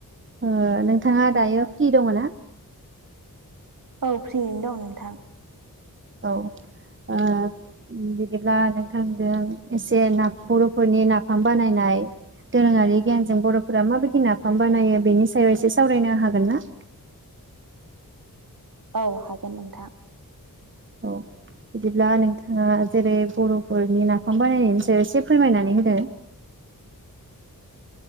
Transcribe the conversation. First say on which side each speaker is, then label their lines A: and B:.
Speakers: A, on the right; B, on the right.
A: ओ नोंथाङा दायो फ्रि दङ ना?
B: औ फ्रियैनो दं नोंथां।
A: औ ओ बिदिब्ला नोंथांजों एसे ना बर'फोरनि नाफाम बानायनाय दोरोङारि गियानजों बर'फोरा माबायदि नाफाम बानायो बेनि सायाव एसे सावरायनो हागोन ना?
B: औ हागोन नोंथां।
A: औ बिदिब्ला नोंथाङा जेरै बर'फोरनि नाफाम बानायनायनि सायाव एसे फोरमायनानै होदो?